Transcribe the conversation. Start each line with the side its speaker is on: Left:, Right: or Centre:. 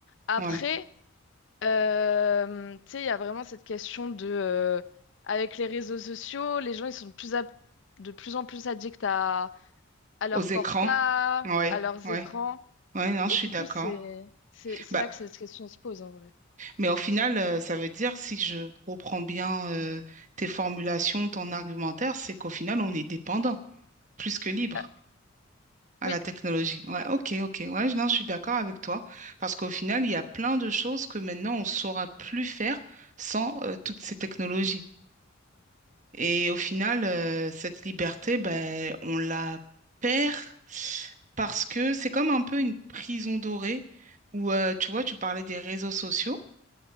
Left: Après,
Right: oui.
Left: euh, tu sais, il y a vraiment cette question de, euh, avec les réseaux sociaux, les gens ils sont de plus, à- de plus en plus addicts à, à leur
Right: Aux écrans,
Left: portable,
Right: oui,
Left: à leurs
Right: oui.
Left: écrans,
Right: Oui, non,
Left: et
Right: je suis
Left: du
Right: d'accord.
Left: coup c'est, c'est, c'est
Right: Bah,
Left: là que cette question se pose en vrai.
Right: mais au final, euh, ça veut dire, si je reprends bien euh, tes formulations, ton argumentaire, c'est qu'au final, on est dépendant, plus que libre.
Left: Ah,
Right: à
Left: oui.
Right: la technologie. Ouais, ok, ok. Ouais, je- non, je suis d'accord avec toi. Parce qu'au final, il y a plein de choses que maintenant, on ne saura plus faire sans euh, toutes ces technologies. Et au final, euh, cette liberté, ben, on la perd parce que c'est comme un peu une prison dorée où, euh, tu vois, tu parlais des réseaux sociaux.